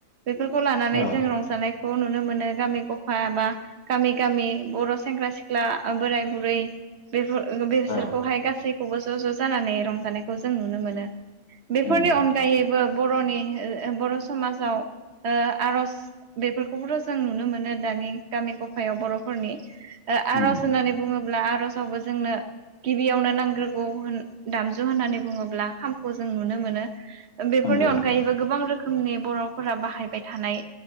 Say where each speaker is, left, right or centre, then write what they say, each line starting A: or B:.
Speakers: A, on the right (about 60°); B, on the left (about 55°).
A: बेफोरखौ लानानै
B: औ
A: जों रंजानाय खौ नुनो मोनो गामि गफा बा गामि गामि बर' सेंग्रा सिख्ला बोराय बुरै बेफोर बेसोरखौहाय
B: औ
A: गासैखौबो ज' ज' जानानै रंजानायखौ जों नुनो मोनो। बेफोरनि
B: नंगौ
A: अनगायैबो बर'नि बर' समाजाव आर'ज बेफोरखौबोथ' जों नुनो मोनो दानि गामि गफायाव बर'फोरनि आर'ज
B: उम
A: होननानै बुङोब्ला आर'जावबो जोंनो गिबियावनो नांग्रोगौ होन दामजु होननानै बुङोब्ला खामखौ जों नुनो मोनो बेफोरनि
B: नंगौ
A: अनगायैबो
B: नोंथां
A: गोबां रोखोम खोमनि बर'फोरा बाहायबाय थानाय